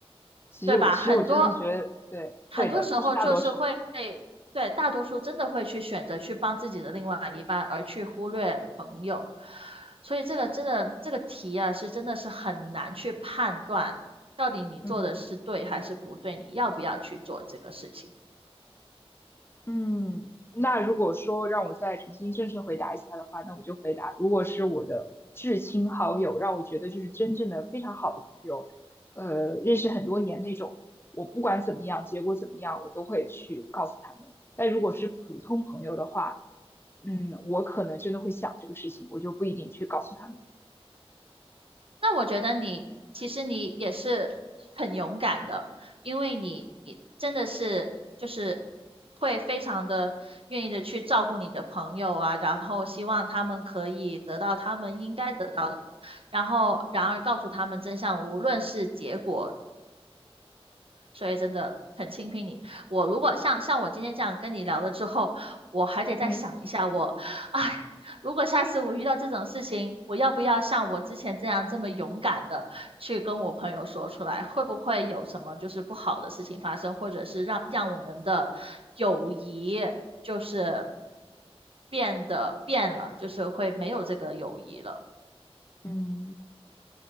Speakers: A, on the left; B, on the right.
A: 其实我其实我真的觉得，
B: 对吧？很多
A: 对，会的，
B: 很多时候就是会，
A: 就是大多数。
B: 对，大多数真的会去选择去帮自己的另外一半，而去忽略朋友。所以这个真的，这个题啊，是真的是很难去判断到底你做的是对还是不对，
A: 嗯。
B: 你要不要去做这个事情。
A: 嗯，那如果说让我再重新正式回答一下的话，那我就回答，如果是我的至亲好友，让我觉得就是真正的非常好的朋友，呃，认识很多年那种，我不管怎么样，结果怎么样，我都会去告诉他们。但如果是普通朋友的话，嗯，我可能真的会想这个事情，我就不一定去告诉他们。
B: 那我觉得你其实你也是很勇敢的，因为你真的是就是会非常的愿意的去照顾你的朋友啊，然后希望他们可以得到他们应该得到的然后然而告诉他们真相，无论是结果所以真的很钦佩你。我如果像像我今天这样跟你聊了之后，我还得再想一下我，
A: 嗯。
B: 哎，如果下次我遇到这种事情，我要不要像我之前这样这么勇敢的去跟我朋友说出来？会不会有什么就是不好的事情发生，或者是让让我们的友谊就是变得变了，就是会没有这个友谊了？
A: 嗯。